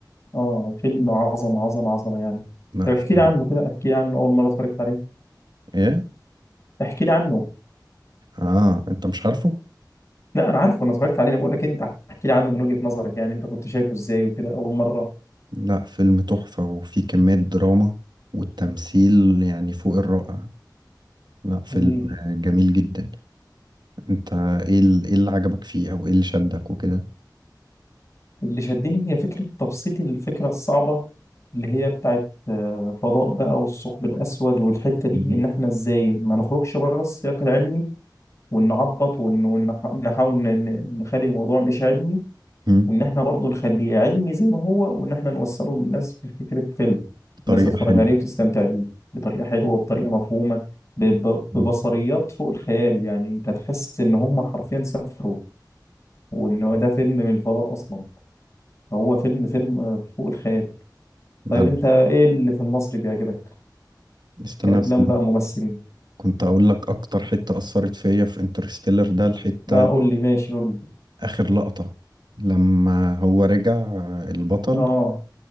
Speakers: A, on the left; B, on the right.
A: اه فيلم عظمه عظمه عظمه يعني
B: لا
A: طب
B: فيلم
A: احكي لي عنه كده احكي لي عنه اول مره اتفرجت عليه
B: إيه؟
A: احكي لي عنه
B: آه أنت مش عارفه؟
A: لا انا عارفه انا اتفرجت عليه انا بقول لك انت احكي لي عنه من وجهه نظرك يعني انت كنت شايفه ازاي وكده اول مره
B: لا فيلم تحفة وفيه كمية دراما والتمثيل يعني فوق الرائع لا فيلم
A: جميل
B: جميل جدا أنت إيه ال- إيه اللي عجبك فيه أو إيه اللي شدك وكده؟
A: اللي شدني هي فكرة تبسيط الفكرة الصعبة اللي هي بتاعت آه، الفضاء بقى والثقب الأسود والحتة دي
B: مم.
A: إن إحنا إزاي ما نخرجش بره السياق العلمي ونعبط ون- ونح- ونحاول ن- ن- نخلي الموضوع مش علمي
B: مم.
A: وإن إحنا برضه نخليه علمي زي ما هو وإن إحنا نوصله للناس في فكرة فيلم
B: طريقة
A: الناس تتفرج
B: حلوة
A: عليه وتستمتع بيه بطريقة حلوة وبطريقة مفهومة ب- ب-
B: مم.
A: ببصريات فوق الخيال يعني أنت تحس إن هم حرفيًا سافروا وإن هو ده فيلم من الفضاء أصلًا هو فيلم فيلم فوق الخيال طيب
B: أنا
A: انت ايه اللي في المصري بيعجبك
B: استنى
A: كأفلام
B: بس أنا
A: بقى ممثلين
B: كنت أقول لك أكتر حتة أثرت فيا في انترستيلر ده الحتة
A: اه قول لي ماشي قول لي
B: آخر لقطة لما هو رجع آه، البطل
A: اه